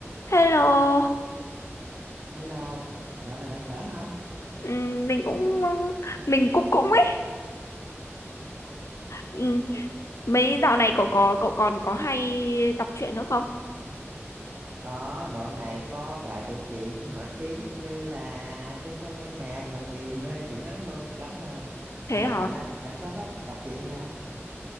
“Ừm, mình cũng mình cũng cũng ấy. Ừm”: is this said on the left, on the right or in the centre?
Left